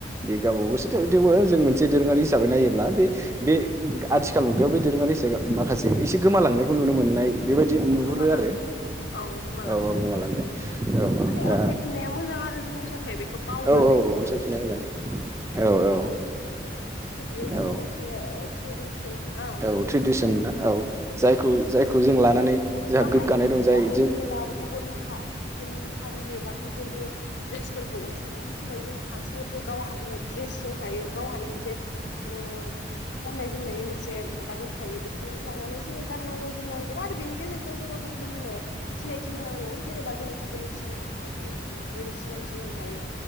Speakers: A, on the right; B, on the left.
A: बे गावब गाव गोसो थेवबो जों मोनसे दोरोङारि हिसाबै नायोब्ला बे बे आथिखाल मुगायाव बे दोरोङारि हिसाबै माखासे एसे गोमालांनायखौ नुनो मोननाय बेबायदि नुहुरो
B: गोमालांदों
A: आरो
B: औ गोमालांदों
A: औ औ गोमालांदों औ
B: माने
A: दा
B: अन्थाइ फिननाया मोजां आरो जोंनि थाखाय बेखौ बावगारनाय
A: औ औ
B: नोसलायो
A: अनसायफिननाया मोजां औ औ
B: बियो जोंनि
A: औ
B: मोनसे ट्रेडिसन ना
A: औ
B: ट्रेडिसननि
A: ट्रेडिसन
B: मोनसे
A: ना औ
B: बेखौ जोङो
A: जायखौ जायखौ जों लानानै जोंहा
B: बाहायफिननांगौ
A: गोग्गानाय दं जाय
B: आरो
A: जों
B: जेनेबा गुबुन हा गुबुन हारिनि बा गुबुननि ड्रेसफोरखौ अनसायनायनि सोलाय जोंहा जिहेथु गावहानो ड्रेस दोंखायो गावहानो मोनसे ओम गाननाय जोमनायनि मोनसे माबा दोनखायो बेखौ लानानै जोङो गाननांगौ जोमनांगौ आरो बेनि गेजेरजों जोङो गुबुननो सिनायथि होनांगौ जेनेबा जोङो गुबुननि सिगाङावहा जोङो बेदि सिनायथि होनो हायो